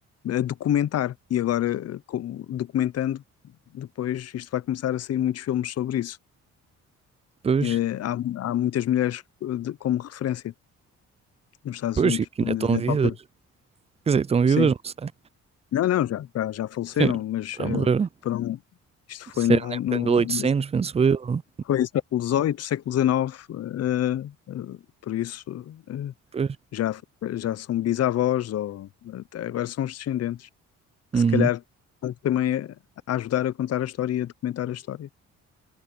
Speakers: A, on the left; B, on the right.
A: a documentar. E agora, eh, co- documentando, depois isto vai começar a sair muitos filmes sobre isso.
B: Pois,
A: Eh, há, há muitas mulheres eh, de- como referência nos Estados
B: pois,
A: Unidos,
B: que ainda
A: nessa
B: estão vivas.
A: altura.
B: Quer dizer, estão vivas,
A: Sim.
B: não sei.
A: Não, não, já, já, já faleceram,
B: Sim,
A: mas
B: já
A: eh,
B: morreram.
A: foram, isto foi
B: Isso
A: no,
B: era na época
A: no,
B: de 1800,
A: no
B: penso eu.
A: Foi século XVIII, século XIX, eh, eh, por isso eh,
B: Pois.
A: já, já são bisavós ou até agora são os descendentes,
B: Uhum.
A: que se calhar vão também a a ajudar a contar a história e a documentar a história.